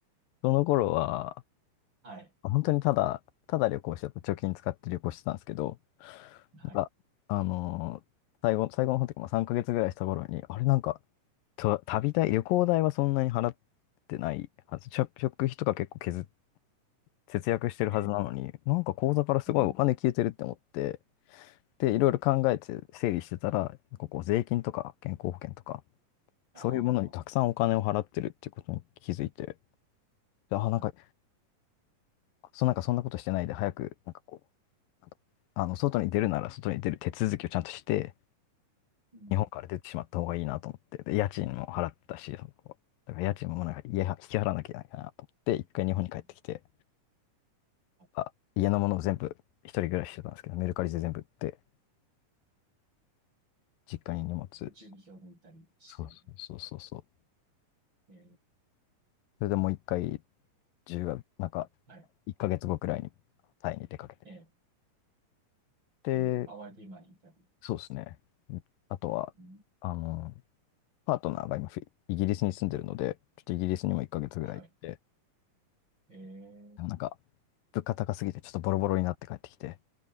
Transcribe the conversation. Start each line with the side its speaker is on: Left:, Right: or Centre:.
Left: その頃は、
Right: ぁ。はい。
Left: 本当にただ、ただ旅行してた、貯金使って旅行してたんですけど、
Right: はい。
Left: なんか、あのー最後、最後の方というか、まあ、3ヶ月ぐらいした頃に、あれなんか、と旅代、旅行代はそんなに払ってないはず、食食費とか結構削っ、節約してるはずなのに、
Right: ええ
Left: なんか口座からすごいお金消えてるって思って、
Right: うん。
Left: で、いろいろ考えて整理してたら、
Right: はい。
Left: ここ税金とか健康保険とか、
Right: ああ、
Left: そういうものにたくさんお金を払ってるっていうことに気づいて、であ、なんか、
Right: はい。
Left: そ、なんかそんなことしてないで、早く、なんかこあの、外に出るなら外に出る手続きをちゃんとして、
Right: うん。
Left: 日本から出てしまった方がいいなと思って、で、家賃も払ったし、そこだから家賃もなんか家は引き払わなきゃいけないかなと思って、一回日本に帰ってきて、
Right: はい。はい。
Left: あ、家のものを全部一人暮らししてたんですけど、メルカリで全部売って、実家に荷物、
Right: で中に票を抜いたりしてみたいな。
Left: そうそう。そうそうそう。
Right: ええ
Left: それでもう一回、10月、なんか、
Right: はい。
Left: 一ヶ月後くらいにタイに出かけて。
Right: ええ
Left: で、
Right: で、ハワイで今にいたります。
Left: そうですね。あとは、
Right: うん
Left: あの、パートナーが今フィ、イギリスに住んでるので、ちょっとイギリスにも1ヶ月ぐらい行って、
Right: はい。えー、
Left: でもなんか、物価高すぎて、ちょっとボロボロになって帰ってきて、